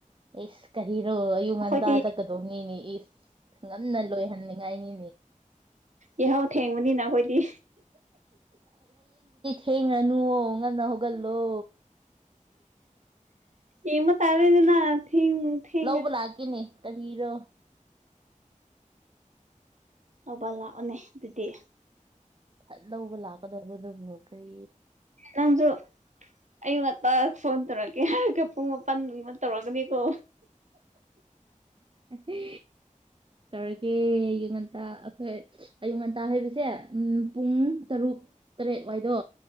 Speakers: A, on the right; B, on the right.
A: ꯏꯁꯁ ꯀꯔꯣ ꯑꯌꯨꯛ
B: ꯑꯩꯈꯣꯏꯗꯤ
A: ꯉꯟꯇꯥ ꯆꯠꯀꯗꯧꯅꯤꯅꯦ ꯏꯁ ꯉꯝꯟꯅ ꯂꯣꯏꯍꯟꯅꯤꯡꯉꯥꯏꯅꯤ
B: ꯌꯥꯍꯥꯎ ꯊꯦꯡꯕꯅꯤꯅ ꯑꯩꯈꯣꯏꯗꯤ
A: ꯍꯦꯡꯉꯅꯨ ꯎ ꯉꯟꯅ ꯍꯒꯜꯂꯣ
B: ꯏ ꯃ ꯇꯔꯗꯅ ꯊꯤ ꯊꯤ
A: ꯂꯧꯕ ꯂꯥꯛꯀꯦꯅꯦ ꯀꯔꯤꯔꯣ
B: ꯂꯧꯕ ꯂꯥꯛꯑꯣꯅꯦ ꯑꯗꯨꯗꯤ
A: ꯐꯠ ꯂꯧꯕ ꯂꯥꯛꯀꯗꯧꯕꯗꯨꯕꯨ ꯀꯔꯤ
B: ꯇꯟꯖꯨ ꯑꯌꯨ ꯉꯇ ꯐꯣꯟ ꯇꯧꯔꯛꯀꯦ ꯍꯥꯏ ꯄꯨꯡ ꯃꯥꯄꯜꯃ ꯇꯧꯔꯛꯀꯅꯤꯀꯣ
A: ꯦ ꯇꯧꯔꯀꯦ ꯑꯌꯨ ꯉꯟꯇꯥ ꯑꯩꯈꯣꯏ ꯑꯌꯨ ꯉꯟꯇꯥ ꯍꯥꯏꯩꯕꯁꯦ ꯎ ꯄꯨꯡ ꯇꯔꯨꯛ ꯇꯔꯦꯠ ꯋꯥꯏꯗꯣ